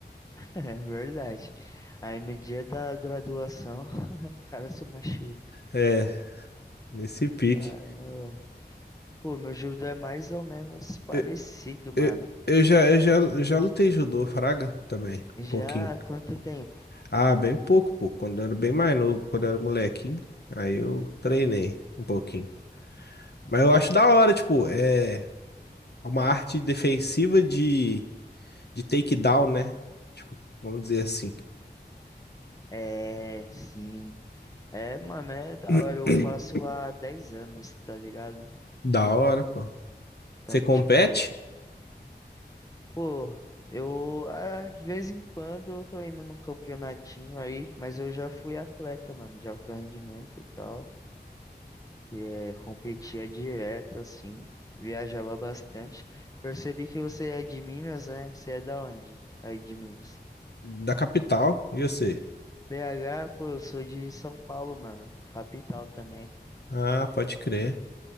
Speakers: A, on the left; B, on the left.
A: <laughs> é verdade. Aí no dia da graduação, <laughs> o cara se machuca.
B: É, nesse pique.
A: Caramba. Pô, meu judô é mais ou menos parecido,
B: Eu,
A: mano.
B: eu, eu já, eu já, eu já lutei judô, fraga, também,
A: Já
B: um pouquinho.
A: há quanto tempo?
B: Ah, bem pouco, pô. Quando eu era bem mais novo, quando eu era molequinho. Aí eu treinei um pouquinho. Mas eu acho da hora, tipo, é uma arte defensiva de, de takedown, né? Tipo, vamos dizer assim.
A: É, sim. É, mano, é da hora.
B: <clears throat>
A: Eu faço há 10 anos, tá ligado?
B: Da hora, pô.
A: Então,
B: Você compete?
A: tipo, pô, eu ah, de vez em quando eu tô indo num campeonatinho aí, mas eu já fui atleta, mano, de alto rendimento e tal. E, é, competia direto, assim, viajava bastante. Percebi que você é de Minas, né? Você é da onde? Aí de Minas.
B: Da capital. E você?
A: BH, pô, eu sou de São Paulo, mano, capital também.
B: Ah, pode crer.